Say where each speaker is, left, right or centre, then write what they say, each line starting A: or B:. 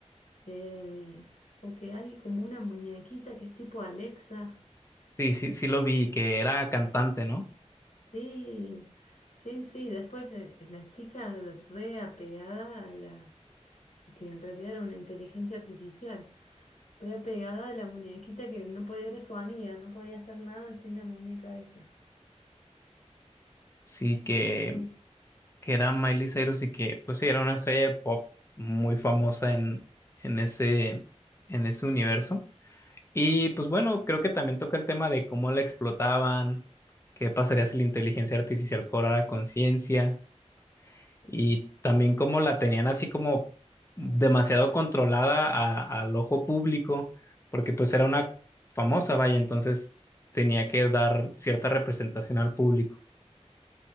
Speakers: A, on the left; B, on the left.
A: eh, o que hay como una muñequita que es tipo Alexa.
B: Sí, sí, sí lo vi, que era cantante, ¿no?
A: Sí, sí, sí. Después eh, la chica re apegada a la... que en realidad era una inteligencia artificial. re pegada a la muñequita que no podía, era su amiga, no podía hacer nada sin la muñeca esa.
B: Sí, que
A: Sí,
B: que era Miley Cyrus y que, pues sí, era una estrella de pop muy famosa en, en ese, en ese universo. Y pues bueno, creo que también toca el tema de cómo la explotaban, qué pasaría si la inteligencia artificial cobrara conciencia
A: Sí.
B: y también cómo la tenían así como demasiado controlada a- al ojo público, porque pues era una famosa, vaya, entonces tenía que dar cierta representación al público.